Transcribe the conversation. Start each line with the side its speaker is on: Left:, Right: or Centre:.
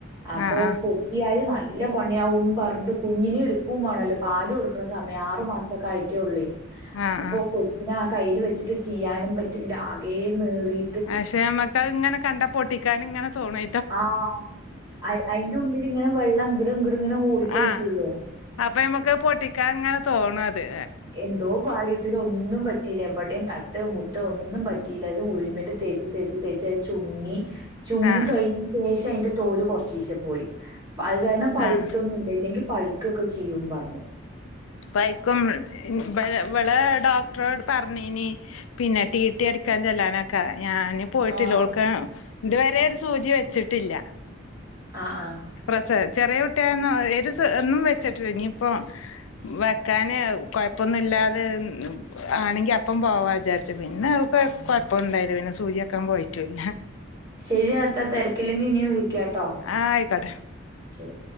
Right: അപ്പൊ
Left: ആ ആ
Right: പൊട്ട്യാല് നല്ല പണിയാവും പർഞ്ഞിട്ട് കുഞ്ഞിനെ എട്ക്കും വാണല്ലോ പാലും കൊട് <unintelligible> സമയ ആറ് മാസൊക്കെ ആയിട്ടേ ഒള്ളേ
Left: ആ ആ
Right: അപ്പൊ
Left: ആ
Right: കൊ ച്ച്‌നെ ആ കയ്യിൽ വെച്ച്ട്ട് ചെയ്യാനും പറ്റില്ല ആകെ നീറി
Left: പക്ഷെ അമ്മക്ക് അത് ഇങ്ങനെ കണ്ടാ പൊട്ടിക്കാന് ഇങ്ങനെ തോണാ
Right: ആഹ് അയ് അയ്ന്റെ ഉള്ള്ല് ഇങ്ങനെ വെള്ളം അങ്ങ്ടും ഇങ്ങ്ടും ഇങ്ങനെ ഓടി കളിക്കൂല്ലോ.
Left: ആ അപ്പൊ നമ്മക്ക് അത് പൊട്ടിക്കാൻ ഇങ്ങനെ തോണു അത്.
Right: എന്തോ ഭാഗ്യത്തിന് ഒന്നും പറ്റിയില്ല എവെടേം തട്ടേ മുട്ടേ ഒന്നും പറ്റി റ്റില്ല ഇത് ഓയിൽ മെന്റ് തേച്ച് തേച്ച് തേച്ചത് ചുങ്ങി ചുങ്ങി
Left: ആ
Right: കഴിഞ്ഞ ശേഷം അയ്ന്റെ തോൽ കൊർച്ചീ ശെ പോയി അത് കാരണം പഴുത്തൊന്നും
Left: ആഹ്
Right: ഇല്ലങ്കി പഴുക്കൊക്കെ ചെയ്യും പർഞ്ഞു.
Left: പഴ്ക്കും ഇവ ഇവളെ ഡോക്ടറോട് പറഞ്ഞീനി പിന്നെ ട്ടി ട്ടി അടി ഞാൻ ചെല്ലാനൊക്കെ ഞാന് പോയിട്ടില്ല
Right: ആഹ്.
Left: ഓൾക്ക് ഇതുവരെ ഒരു സൂചി വെച്ചിട്ടില്ല.
Right: ആഹ് ആഹ്.
Left: പ്രസ ചെറിയ കുട്ട്യായന്നും എരുസ ഒന്നും വെച്ചിട്ടി ഇനിപ്പോ വെക്കാന് കൊഴപ്പൊന്നും ഇല്ലാതെ ആണെങ്കി അപ്പം പോവാ വിചാരിച്ച് ച്ച് പിന്നെ അവക്ക്
Right: ആഹ്.
Left: കൊഴപ്പ ഇണ്ടായില്ല പിന്നെ സൂചിക്കാൻ പോയിട്ടൂല്ല
Right: ശരി അത്ത തെരക്കില്ലെങ്കിൽ ഇനിയും വിളിക്കാട്ടോ
Left: ആഹ് ആയിക്കോട്ടെ
Right: ശരി